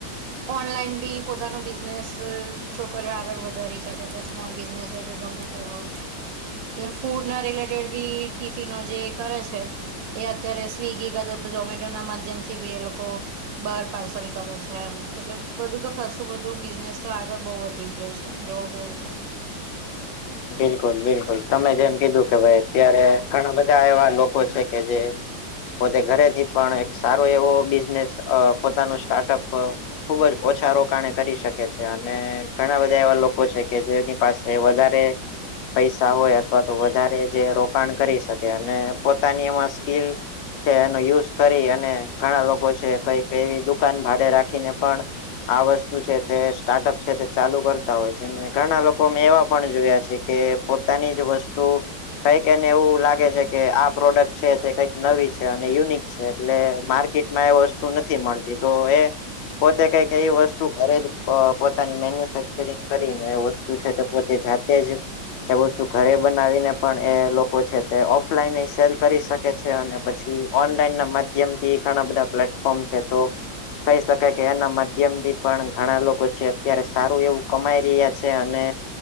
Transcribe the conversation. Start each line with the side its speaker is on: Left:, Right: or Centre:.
Right: ઓનલાઈન બી પોતાનું બિઝ નેસ છોકરીઓ આગળ વધારી શકે છે સ્મોલ બિઝનેસ હોય કે ગમે તે હોય એ ફૂડ ના રિલેટેડ બી ટીફિનો જે કરે છે. એ અત્યારે સ્વિગી કાતો ઝોમેટો ના માધ્યમથી બી એ લોકો બાર પાર્સલ કરે છે એમ એટલે બધું તો ખાસું બધું બિઝનેસ તો આગળ બહુ વધી ગયો છે જોવા જઈએ તો
Left: બિલકુલ બિલકુલ તમે જેમ કીધું કે ભાઈ અત્યારે ઘણા બધા એવા લોકો છે કે જે પોતે ઘરે થી પણ એક સારો એવો બિઝનેસ અ પોતાનું સ્ટાર્ટઅપ અ ખુબ જ ઓછા રોકાણે કરી શકે છે અને ઘણા બધા એવા લોકો છે કે જેની પાસે વધારે પૈસા હોય અથવા તો વધારે જે રોકાણ કરી શકે અને પોતાની એમાં સ્કીલ છે એનો યુઝ કરી અને ઘણા લોકો છે કઈક એવી દુકાન ભાડે રાખીને પણ આ વસ્તુ છે તે સ્ટાર્ટઅપ છે તે ચાલુ કરતા હોય છે ને ઘણા લોકો મે એવા પણ જોયા છે. કે પોતાની જ વસ્તુ કઈક એને એવું લાગે છે કે આ પ્રોડક્ટ છે તે કંઈક નવી છે અને યુનિક એટલે માર્કેટમાં એ વસ્તુ નથી મળતી તો એ પોતે કે એ વસ્તુ ઘરે જ પોતાની મેન્યુફેક્ચરિંગ કરીને એ વસ્તુ છે પોતે જાતે તેજ એ વસ્તુ ઘરે બનાવીને પણ એ લોકો છે તે ઓફલાઈન સેલ કરી શકે છે અને પછી ઓનલાઈન ના માધ્યમ થી ઘણા બધા પ્લેટફોર્મ છે તો કહી શકાય કે એના માધ્યમથી પણ ઘણા લોકો છે અત્યારે સારું એવું કમાઈ રહ્યા છે અને